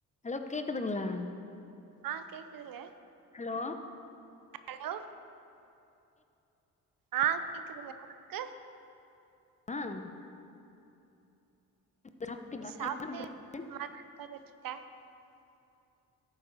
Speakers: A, on the left (about 20°); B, on the right (about 65°).
A: Hello கேக்குதுங்களா
B: ஆ கேக்குதுங்க
A: ஹலோ
B: ஹலோ ஆஹ் கேக்குதுங்க உங்களுக்கு
A: ஆஹ் சாப்டிங்களா
B: சாப்ட்டு
A: என்ன பண்றீங்க
B: <unintelligible>